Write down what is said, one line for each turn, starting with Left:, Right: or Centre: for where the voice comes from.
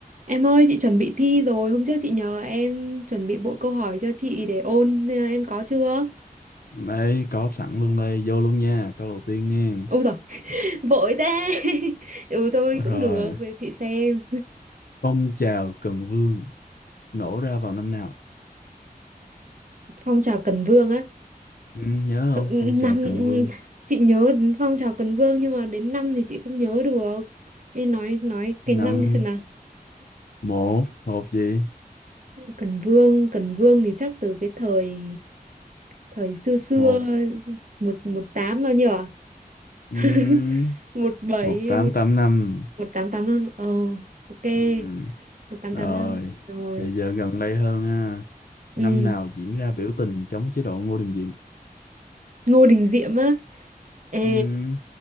Right: Em ơi, chị chuẩn bị thi rồi. Hôm trước chị nhờ em chuẩn bị bộ câu hỏi cho chị để ôn. Ờ, Em có chưa?
Left: Đấy, có sẵn luôn đây, vô luôn nha, câu đầu tiên nghe.
Right: Ôi rồi <laughs> vội thế. <laughs> Ừ thôi
Left: Rồi,
Right: cũng được, để chị xem.
Left: phong trào Cần Vương nổ ra vào năm nào?
Right: Phong trào Cần Vương á.
Left: Ừ, nhớ
Right: Kh-
Left: không? Phong trào
Right: Năm
Left: Cần Vương.
Right: chị nhớ đến phong trào Cần Vương nhưng mà đến năm thì chị không nhớ được. Em nói nói cái
Left: Năm
Right: năm đi xem nào.
Left: một, một gì?
Right: Cần Vương, Cần Vương thì chắc từ cái thời thời xưa xưa
Left: Một,
Right: một một tám bao nhiêu à?
Left: ừm,
Right: <laughs> Một bảy
Left: một tám
Right: một
Left: tám năm.
Right: một tám tám năm. Ờ ok.
Left: Ừm,
Right: một tám
Left: Rồi,
Right: tám năm rồi
Left: bây giờ gần đây hơn ha.
Right: ừ.
Left: Năm nào diễn ra biểu tình chống chế độ Ngô Đình Diệm?
Right: Ngô Đình Diệm á ê
Left: Ừm,